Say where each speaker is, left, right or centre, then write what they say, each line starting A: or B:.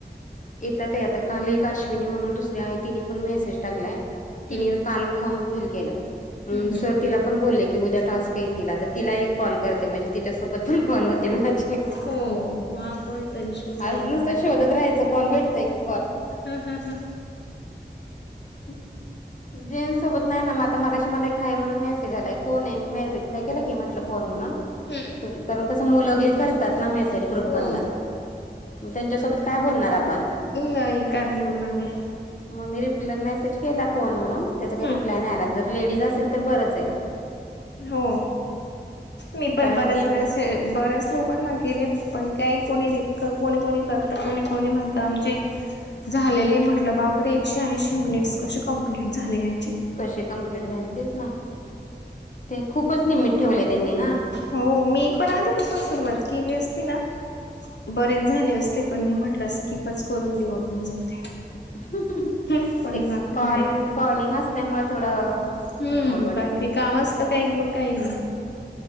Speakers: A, on the left; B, on the left.
A: येतात आता काल एक अश्विनी म्हणून दुसर आहे तिने पण मेसेज टाकलाय तिने
B: हम्म
A: काल फॉर्म फिल केलाय मग
B: हम्म
A: सर
B: हम्म
A: तिला पण बोलले की उद्या टास्क येतील आता तिला एक कॉल करते म्हणजे तिच्या सोबत पण कॉल होते ना माझी
B: हो हा कोणीतरी शोधायला
A: आज नुसतं शोधत राहायचं कोण भेटतय का?
B: हा हा हा.
A: ह जेंट्स सोबत नाही ना मग आता मागाशी मला एक हाय म्हणून मेसेज आलाय कोण आहे मी रिप्लाय केला की म्हटलं कोण म्हणून
B: हम्म.
A: कारण कसं मुलं गे कर तात ना ग्रुप
B: हो
A: मधला त्यांच्या सोबत काय बोलणार ना आ
B: नाही काय बोलणार आहे.
A: मग मी रिप्लाय मेसेज केला कोन म्हणून त्याचा काही
B: हम्म.
A: रिप्लाय नाही आला जर लेडीज असेल तर बरंच आहे.
B: हो मी पण
A: कारण
B: बरच
A: डीप
B: मेसे हे बऱ्याच लोकांना केले पण काही कोणी रिप्लाय कोणी कोणी करत कोणी कोणी म्हणत आमचे झालेले म्हटलं बापरे एकशे ऐंशी मिनिट्स कसे कंप्लीट झाले यांचे.
A: कशे कंप्लीट झाले तेच ना ते खूपच लिमिट ठेवले त्यांनी ना.
B: हो मी पण आधीपासून सुरवात केली असती ना बरेच झाले असते पण मी म्हटलं स्कीपच करून देऊ आपण जाऊ द्या.
A: <unintelligible>
B: हम्म पण
A: ते
B: आता
A: कॉल
B: नाही
A: कॉलिंग असल्यामुळ थोड ऑकवर्ड
B: हम्म
A: वाटतय.
B: बाकी कामच काही बो काही नाही. <unintelligible>